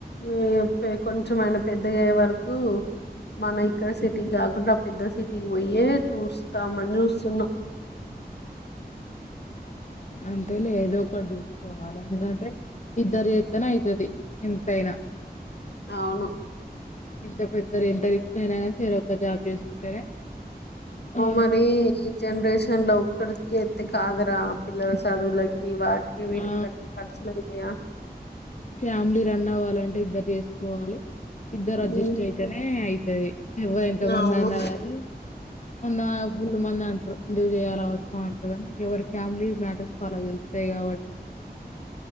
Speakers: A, on the left; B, on the left.
A: ఈ ఇగ కొంచెం ఆయన పెద్దగయ్యే వరకు మన ఇక్కడ సిటీకి గాకుండా పెద్ద సిటీకి ఓయ్యే చూస్తామని జూస్తున్నాం
B: అంతే లేదో ఒకటి చూసు కోాల అగంటే ఇద్దరి ఎత్తన అయితది ఇంతంతయినా
A: అవును
B: ఎంత పెద్దరు ఎంత రిచ్ అైనా కానీ సర ఒక్క జాబ్ చేసుకుంటేనే ఆ
A: మరి ఈ జనరేషన్ లో ఇక్కడ చేతి కాదరా పిల్లర్స్ అదుల కి వాట్కి వీట్కి
B: ఆ
A: తగ ర్చ లేగతేయా
B: ఫ్యామిలీ రన్ అవ్వాలంటే ఇద్దరు చేసుకోవాలి ఇద్దరు అడ్జస్ట్
A: ఉమ్,
B: అయితేనే అయి అది ఇవ ఇంత మంది
A: అవును
B: అన్నా కానీ ఉన్నా కొడు మంది అంటారు ఎందుకు చేయాల అవసరం అంటారు కానీ ఎవరి ఫ్యామిలీ మ్యాటర్స్ వాళ్ళ తెలుతాయి కాబట్టి